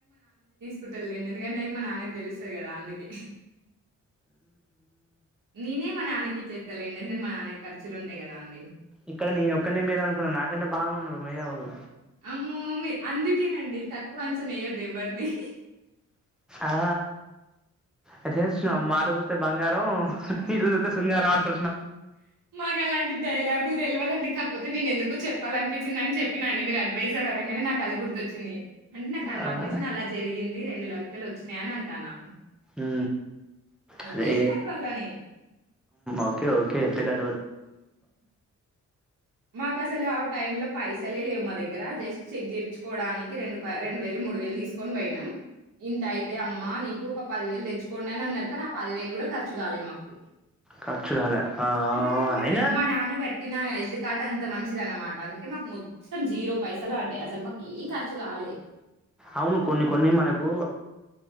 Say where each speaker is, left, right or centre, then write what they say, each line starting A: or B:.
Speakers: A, on the right (about 65°); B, in the centre.
A: కుటల్ండి ఎందుకంటే అవి మ మా నాన్నకి తెలుస్తుంది కదా అందుకే నేనే మా నాన్నకి ఇచ్చేస్తాలేండి ఎందుకంటే మన నాన్నకి ఖర్చులు ఉంటా టయ్ కదా అండి
B: ఇక్కడ నేను ఒక్కన్నే మేధావి అనుకున్నా నాకంటే బాగానే ఉన్నారు మేధావులు
A: అమ్మో అందుకేనండి తక్కువ అంచన యెయ్యొద్దు ఎవ్వరిని
B: ఆ అట జేస్తున్నాం మాట చూస్తే బంగారం ఇల్ శుంగార అంట
A: మాకు అలాంటి డైలాగులు తెలివ దండి కాకపోతే నేను ఎందుకు చెప్తా వాళ్ళ అనిించిందని చెప్పినం మీరు అడ్వైజర్ అరంగానే నాకు అది గు వచ్చినయ్ అంటే నాకు అన్న
B: ఆ
A: ఆపరేషన్ అలా జరిగింది రెండు లక్షలు వచ్చినాయి అని అంటాను
B: ఉ అదే
A: హెల్త్ కార్డ్ వల్లనే.
B: ఓకే ఓకే హ
A: మాకు అసలు ఆ టైమ్ లో పైసలే లేవు మా దగ్గర జస్ట్ చెక్ చేపిచుకోవడానికి రెండు రెండు వేలు మూడు వేలు దీసుకొని పోయినా ఇంత అయితే అమ్మా నీకు ఒక పదివేలు తెచ్చ తెచ్చుకోండి అన్నారు కక నా పది వేలు కూడా ఖచు కాలదు మాకు
B: ఖర్చు కాలే ఆ
A: ఎందుకంట
B: అయినా
A: మా నాన కట్ిన ఇది అంత మంచిది అనమాట అందుకే మాకు మొత్తం జీరో పైసలు పడ్డాయి అసలు మాకు ఏం ఖర్చు కాలే
B: అవును కొన్ని కొన్ని మనకు